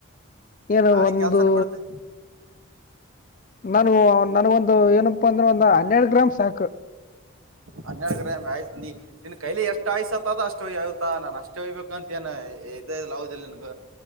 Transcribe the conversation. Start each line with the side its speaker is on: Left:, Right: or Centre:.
Left: ಏನ
Right: ನಾಳೆ
Left: ಒಂದು
Right: ಕೆಲ್ಸಾನೇ ಬಿಡ್ತಿ
Left: ನಾ ನನ್ಗೊಂದು ಏನಪ್ಪ ಅಂದ್ರೆ ಒಂದು ಹನ್ನೆರಡು ಗ್ರಾಮ್ ಸಾಕು
Right: ಹನ್ನೆಡ್ ಗ್ರಾಂ ಆಯ್ತು ನೀ ನಿನ್ ಕೈಲಿ ಎಷ್ಟು ಆಯ್ಸತದ ಅಷ್ಟುಯ್ ಆಯ್ತಾ ನಾನ್ ಅಷ್ಟೇ ಹಯ್ಬೇಕ ಅಂತ ಏ ಇದೆ ಹದಿಲ್ಲ ನನ್ಗ